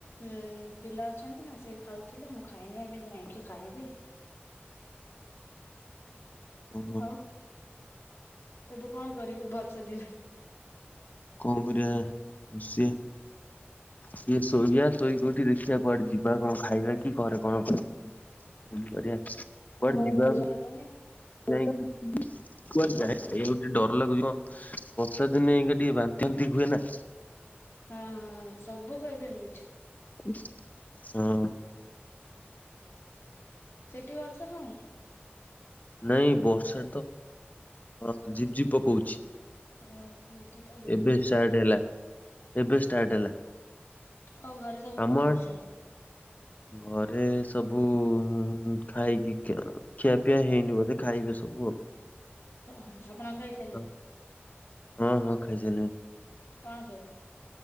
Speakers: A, on the left; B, on the left.
A: ଉଁ ପିଲା ଅଛନ୍ତି ନା ସେ ଖାଉଥିଲେ ମୁଁ ଖାଇନି ଏବେ ଯାଇଁକି ଖାଇବି।
B: ଓହୋ
A: ଆଉ ଏବେ କଣ କରିବେ ବର୍ଷା ଦିନରେ?
B: କଣ କରିବା ବସିବା। ଟିକେ ଶୋଇବା ଶୋଇକି ଉଠିକି ଦେଖିବା କୁଆଡେ ଯିବା କଣ ଖାଇବା କି ଘରେ କଣ। <unintelligible> ଏମତି କରିବା କୁଆଡେ ଯିବାକୁ।
A: ଖାଇଲନି?
B: ଯାଇ <unintelligible> କୁଆଡେ ଜାଇ ଖାଇବାକୁ ଟିକେ ଡର ଲାଗୁଚି ହ ବର୍ଷା ଦିନେ ଇଏ ଟିକେ ବାନ୍ତି ବାନ୍ତି ହୁଏ ନା।
A: ହଁ ହଁ ସବୁ କହିପାରିବି ଠିକ୍।
B: <unintelligible> ହଁ।
A: ସେଠି ମାଂସ ହଉନି।
B: ନାଇଁ ବର୍ଷା ତ। ଅ ଝିପ୍ ଝିପ୍ ପକଉଛି।
A: ହଁ ଏଠି ତ ବହୁତ
B: ଏବେ
A: ଜୋର
B: ଷ୍ଟାଟେ
A: ହଉଛି।
B: ହେଲା ଏବେ ଷ୍ଟାର୍ଟ ହେଲା।
A: ଆଉ ଘରେ ସବୁ କଣ
B: ଆମ ଆଡେ
A: କରୁଛନ୍ତି?
B: ଘରେ ସବୁ ଉଁ ଖାଇକି ଖିଅ ଖିଆପିଆ ହେଇନି ବୋଧେ ଖାଇବେ ସବୁ ଆଉ।
A: ଓହୋ ହୋ ଆପଣ ଆଉ ଖାଇସ୍
B: ଅ ହଁ ହଁ ଖାଇସାରିଲିଣି।
A: କଣ ଖାଇଲେ?